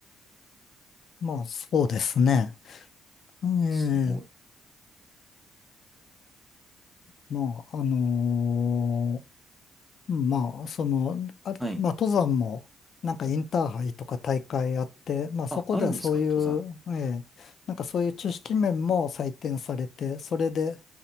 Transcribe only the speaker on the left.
まあ、そうですね。ええ、
まあ、あのーまあ、その、あれまあ、
登山も、なんかインターハイとか大会あって、まあ、そこではそういう、
ええ、なんかそういう知識面も採点されて、それで、